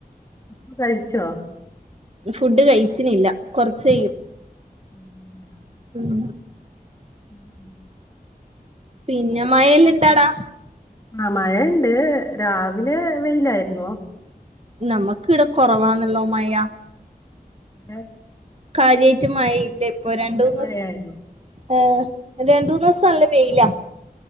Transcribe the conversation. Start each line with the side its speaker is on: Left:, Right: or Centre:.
Left: ഫുഡ്കഴിച്ചോ
Right: ഫുഡ് കഴിച്ചിനില്ല കൊറച്ച് കഴിയും
Left: <unintelligible>
Right: ഉം
Left: ഉം
Right: പിന്നെ മയല്ല ഇണ്ടാടാ
Left: ആഹ മഴുണ്ട് രാവിലെ വെയിലായിരുന്നു
Right: നമ്മക്ക് ഇവിടെ കുറവാണല്ലോ മയാ
Left: ആഹ
Right: കാര്യമായിട്ടു മയില്ലേ ഇപ്പൊ രണ്ട്മൂന്ന്
Left: മഴയായിരുന്നു
Right: ദിവസ രണ്ടോന്നുസം നല്ലവെയിലാ.